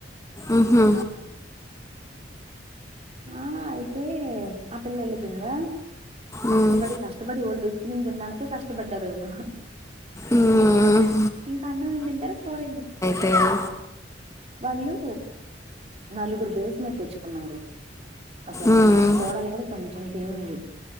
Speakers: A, on the left (about 15°); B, on the right (about 35°).
A: ఉహూ
B: ఆ అయితే ఆ పిల్ల ఎల్లీపోయింద కష్టపడి
A: ఉమ్
B: కష్టపడి వాళ్లు తెచ్చుకునింది తినడానికే కష్టపడ్డారు వళ్లు
A: ఉమ్
B: ఇంకా అన్నం ఏం తింటారు కూరేం తి
A: తెల్
B: వాళ్ళు నలుగురు బేస్ మీద తెచ్చుకున్నారు పక్కన
A: ఉమ్
B: కోడలు కూడా కొంచెం తినింది